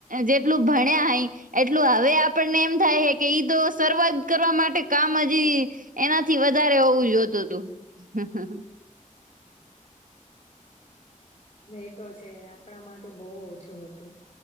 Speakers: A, on the right; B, on the left.
A: જેટલું ભણ્યા અય. એટલું હવે આપણને એમ થાય કે ઈદ સરવાઈ કરવા માટે કામ હજી. એનાથી વધારે હોવું જોતું હતું.
B: એતો છે આપણા માં તો બો ઓછું હતું.